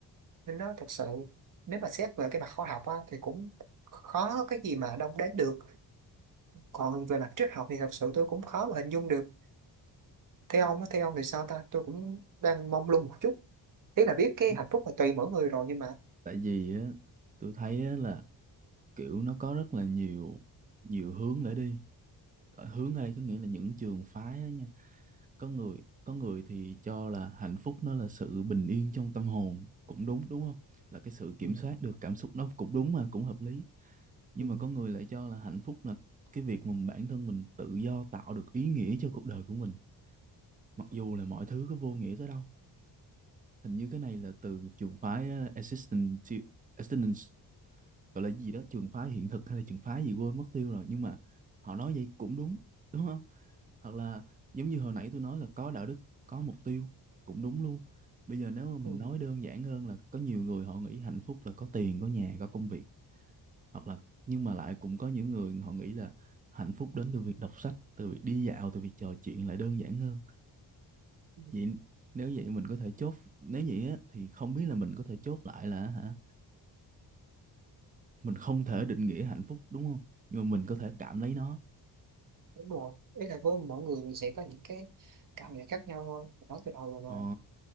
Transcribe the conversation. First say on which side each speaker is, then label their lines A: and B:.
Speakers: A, on the right; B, on the right.
A: nên nó thật sự nếu mà xét về cái mặt khoa học á, thì cũng khó có cái gì mà đong đếm được còn về mặt triết học thì thật sự tôi cũng khó mà hình dung được theo ông á, theo ông thì sao ta tôi cũng đang mông lung một chút ý là biết cái
B: Ủa,
A: hạnh phúc là tùy mỗi người rồi nhưng mà
B: tại vì á tôi thấy á là kiểu nó có rất là nhiều nhiều hướng để đi Ở hướng ở đây có nghĩa là những trường phái á nha có người có người thì cho là hạnh phúc nó là sự bình yên trong tâm hồn cũng đúng đúng không là cái sự kiểm
A: ừ,
B: soát được cảm xúc nó cũng đúng mà cũng hợp lý nhưng
A: ừ,
B: mà có người lại cho là hạnh phúc là cái việc mà bản thân mình tự do tạo được ý nghĩa cho cuộc đời của mình mặc dù là mọi thứ có vô nghĩa tới đâu hình như cái này là từ trường phái uh, existential existence gọi là gì đó trường phái hiện thực hay là trường phái gì quên mất tiêu rồi nhưng mà họ nói vậy cũng đúng đúng không hoặc là giống như hồi nãy tôi nói là có đạo đức có mục tiêu cũng đúng luôn bây giờ nếu mà
A: ừ,
B: mình nói đơn giản hơn là có nhiều người họ nghĩ hạnh phúc là có tiền có nhà có công việc hoặc là nhưng mà lại cũng có những người họ nghĩ là hạnh phúc đến từ việc đọc sách từ việc đi dạo từ việc trò chuyện lại đơn giản hơn
A: ừ,
B: vậy nếu vậy mình có thể chốt nếu vậy á, thì không biết là mình có thể chốt lại là hả mình không thể định nghĩa hạnh phúc đúng không nhưng mà mình có thể cảm lấy nó
A: đúng rồi ý là với mỗi người mình sẽ có những cái cảm nhận khác nhau thôi nói từ đầu rồi
B: ờ,
A: mà